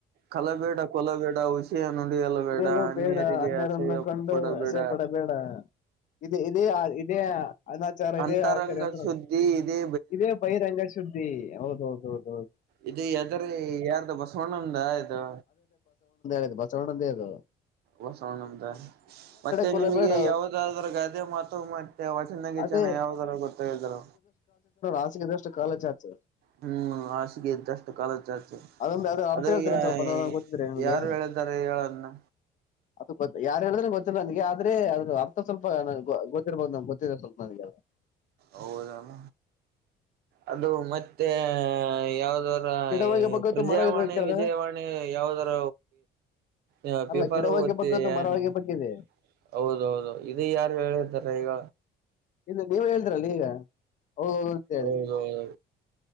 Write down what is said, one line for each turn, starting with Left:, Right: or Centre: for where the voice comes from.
Right: ಕಲಬೇಡ ಕೊಲಬೇಡ ಹುಷಿಯ ನುಡಿಯಲಬೇಡ
Left: ಕುಡಿಯಲು
Right: ಅನ್ಯರಿಗೆ
Left: ಬೇಡ ಅನ್ಯರನ್ನು
Right: ಅಸಹ್ಯ
Left: ಕಂಡು
Right: ಕೊಡಬೇಡ
Left: ಅಸಯ್ಯ ಪಡಬೇಡ ಇದೆ ಇದೇ ಇದೇ ಅನಾಚರ ಇದೇರಂದ
Right: ಅಂತರಂಗ ಸುದ್ದಿ ಇದೇ
Left: ಇದೇ ಬಹಿರಂಗ ಸು ಸುದ್ದಿ ಹೌದ ಹೌದಹೌದು
Right: ಇದು ಎದರ ಯಾರ್ದು ಬಸವಣ್ಣ್ದ ಇದು
Left: ಇದ ಬಸವಣ್ಣದ ಇದ
Right: ಬಸವಣ್ಣದ ಮತ್ತೆ
Left: ಕೊಲಬೇಡ
Right: ನಿಮಗೆ ಯಾವದಾದ್ರ ಗಾದೆ ಮಾತು ಮತ್ತೆ ವಚನ ಗಿಚನ್
Left: ಅದೇ
Right: ನ ಯಾವ್ದರ ಗೊತ್ತಾಗಿದಾರ
Left: ಹಾಸಿಗೆೆದಷ್ಟು ಕಾಲು ಚಾಚು
Right: ಹ್ಮ್ ಹಾಸಿಗೆ ಇದ್ದಷ್ಟು ಕಾಲ ಚಾಚು
Left: ಅದೊಂದು ಅರ್ಥ
Right: ಅದ
Left: ಹೇಳ್ತೀರ
Right: ಯಾ
Left: ಸ್ವಲ್ಪ ನೋಡೋಣ ಗೊತ್ತಿದ್ರೆ ನಿಮ್ಗೆ
Right: ಯಾರು ಹೇಳತಾರೆ ಹೇಳೋದನ್ನ
Left: ಅದು ಗೊ ಯಾರು ಹೇಳಿದ್ರೆ ಗೊತ್ತಿಲ್ಲ ನಂಗೆ ಆದ್ರೆ ಅದ್ರ ಅರ್ಥ ಸ್ವಲ್ಪ ಗೊತ್ತಿರ್ಬೋದು ನಮ್ ಗೊತ್ತಿಲ್ಲಿದೆ ಸ್ವಲ್ಪ ನನ್ಗೆ ಹ
Right: ಹೌದನ್ ಅದು ಮತ್ತೆ ಯಾವ್ದಾದ
Left: ಗಿಡವಾಗಿ ಬಗ್ಗದ್ದು
Right: ಪ್ರಜಾವಾಣಿ
Left: ಮರ ಇರ್ಬೇಕು ಹೇಳಿದ್ರೆ
Right: ವಿಜಯವಾಣಿ ಯಾವದರ ಹ
Left: ಅಲ್ಲ
Right: ಪೇಪರ್ತ್ತ
Left: ಗಿಡವಾಗಿ ಬಗ್ಗದ್ದು
Right: ಯಾನ
Left: ಮರವಾಗಿ
Right: <unintelligible>
Left: ಬಗ್ಗಿದೆ
Right: ಹೌದೌದು ಇದು ಯಾರು ಹೇಳಿದ್ದಾರೆ ಈಗ
Left: ಇಲ್ಲ ನೀವ್ ಹೇಳ್ತರಲ್ಲ ಈಗ ಹೌದೌದು ಅಂತ ಹೇಳಿ
Right: ಹೌದೌದು